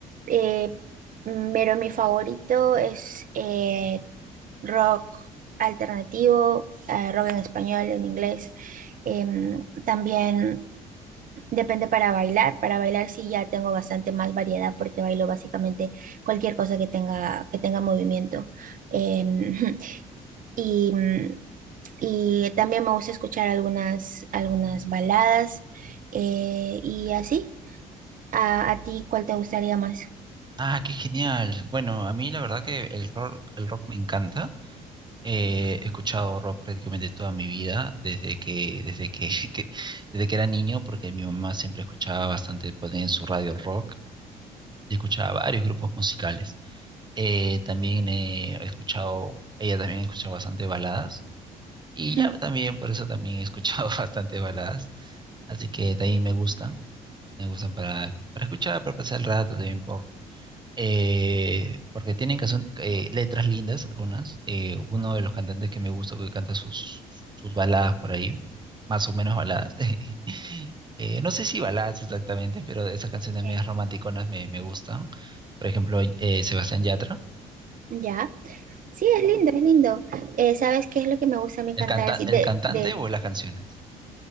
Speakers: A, on the right (about 45°); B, on the right (about 20°).
A: eh, mm, pero mi favorito es eh, rock alternativo, eh, rock en español, en inglés. Em, también depende para bailar. Para bailar sí ya tengo bastante más variedad porque bailo básicamente cualquier cosa que tenga, que tenga movimiento. Em, <laughs> y mm, Y también me gusta escuchar algunas, algunas baladas eh, y así. ¿A, a ti cuál te gustaría más?
B: Ah, qué genial. Bueno, a mí la verdad que el rock, el rock me encanta. Eh, he escuchado rock prácticamente toda mi vida, desde que, desde que, <laughs> que- desde que era niño, porque mi mamá siempre escuchaba bastante, ponía en su radio rock y escuchaba varios grupos musicales. Eh, también eh, he escuchado, ella también ha escuchado bastante baladas. Y
A: <laughs>
B: ya también, por eso también he escuchado <laughs> bastante baladas. Así que de ahí me gustan. Me gustan para, para escuchar, para pasar el rato, también por, eh, porque tienen canción- eh, letras lindas algunas. Eh, uno de los cantantes que me gusta que canta sus, sus, sus baladas por ahí, más o menos baladas. <laughs> Eh, no sé si baladas exactamente, pero esas canciones
A: Ok.
B: medias romanticonas me, me gustan. Por ejemplo, eh, Sebastián Yatra.
A: Ya. Sí, es lindo, es lindo. Eh, ¿sabes qué es lo que me gusta a mí
B: ¿El
A: cantar?
B: canta,
A: Así
B: el
A: de,
B: cantante
A: de,
B: o las canciones?